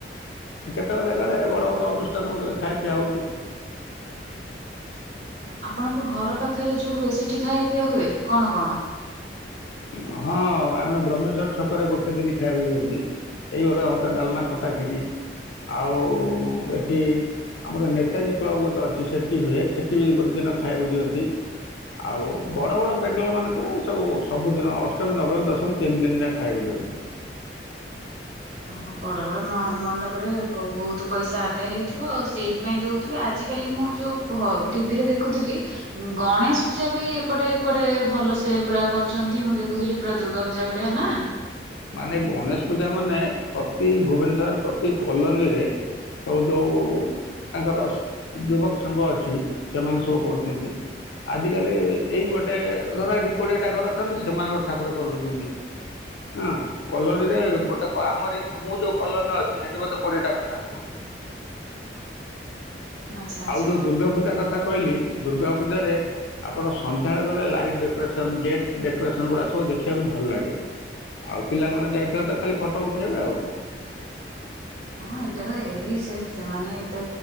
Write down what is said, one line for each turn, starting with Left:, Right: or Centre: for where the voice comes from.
Left: ତକ ଜାଗାରେ ବଡ଼ ବଡ଼ ଅନୁଷ୍ଠାନଙ୍କରେ ଖାଇବା ପିଇବା ହୋଉଚି।
Right: ଆପଣଙ୍କ ଘର ପାଖରେ ଯୋଉ ହୁଏ ସେଠି ଖାଇବା ପିଇବା ହୁଏ କଣ କଣ?
Left: ଉଁ ଆମେ ବ୍ରହ୍ମେଶ୍ୱର ଛକରେ ଗୋଟେ ଦିନ ଖାଇବାକୁ ଦିଅନ୍ତି ଏଇ ଅରୁଆ ଭାତ ଡାଲମା ଖଟା ଖିରି। ଆଉ ଏଠି ଆମର ନେତାଜୀ କ୍ଲବ ଗୋଟେ ଅଛି। ସେଠି ହୁଏ ସେଠି ବି ଗୋଟେ ଦିନ ଖାଇବାକୁ ଦିଅନ୍ତି। ଆଉ ବଡ଼ ବଡ଼ ପେଣ୍ଡାଲ ମାନଙ୍କରେ ସବୁ ସବୁଦିନ ଅଷ୍ଟମୀ ନବମୀ ଦଶମୀ ତିନି ଦିନ ଯାକ ଖାଇବାକୁ ଦିଅନ୍ତି।
Right: ହଁ ବଡ଼ ବଡ଼ ମ ମଣ୍ଡପରେ ବ ଭୋଉତୁ ପଇସା ଆଦାୟ ହେଇଥିବ ଆଉ। ସେଇଥିପାଇଁ ଦୋଉଥୁବେ ଆଜିିକାଲି ମୁଁ ଯୋଉ ଭ ଟିଭିରେ ଦେଖୁଥୁଲି ଉଁ ଗଣେଶ ପୂଜା ବି ଏପଟେ କୁଆଡ଼େ ଭଲସେ ପୁରା କରୁଚନ୍ତି। ମୁଁ ଦେଖୁଥିଲି ପୁରା ଦୁର୍ଗା ପୂଜା ଭଳିଆ। ନାଁ?
Left: ମାନେ ଗଣେଶ ପୂଜା ମାନେ ପ୍ରତି ଭୁବନେଶ୍ୱରରେ ପ୍ରତି କଲୋନୀରେ ସବୁ ଯୋଉ ତାଙ୍କର ସୁ ଯୁବକ ସଂଘ ଅଛି ସେମାନେ ସବୁ କରୁଚନ୍ତି। ଆଜିକାଲି ଏଇ ଗୋଟେ ଧର ଏଠି କୋଡ଼ିଏଟା ଘର ଅଛନ୍ତି ସେମାନେ ଗୋଟେ ଠାକୁର କରିଦୋଉଚନ୍ତି। ଆଁ କଲୋନୀରେ ଗୋଟେ କ ଆମରି ମୁଁ ଯୋଉ କଲନୀରେ ଅଛି ସେଠି ବୋଧେ କୋଡ଼ିଏଟା ଖଣ୍ଡେ ଠାକୁର ହୋଉଛି।
Right: ଆଚ୍ଛା ଆଚ୍ଛା
Left: ଆଉ ଯୋଉ ଦୁର୍ଗା ପୂଜା କଥା କହିଲି ଦୁର୍ଗା ପୂଜାରେ ଆପଣ ସନ୍ଧ୍ୟାଳେ ଗଲେ ଲାଇଟ୍ ଡେକୋରେସନ୍ ଗେଟ୍ ଡେକୋରେସନ୍ ଗୁଡ଼ା ସବୁ ଦେଖିବାକୁ ଭଲ ଲାଗେ। ଆଉ ପିଲାମାନେ ଯାଇଥିଲେ ତ ଖାଲି ଫଟ ଉଠେଇବେ ଆଉ କଣ।
Right: ହଁ ଏଇଟା ତ ଏଇ ସେ ସେମାନେ ଏତେ